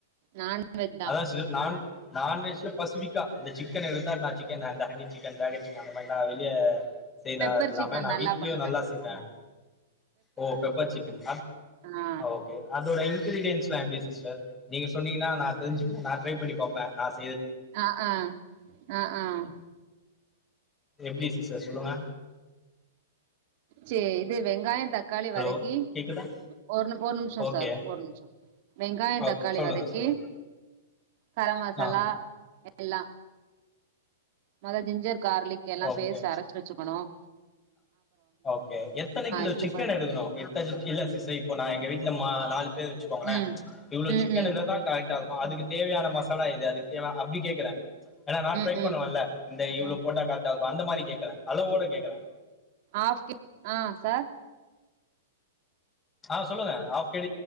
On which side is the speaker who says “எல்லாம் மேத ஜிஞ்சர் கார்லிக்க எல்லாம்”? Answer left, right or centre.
Right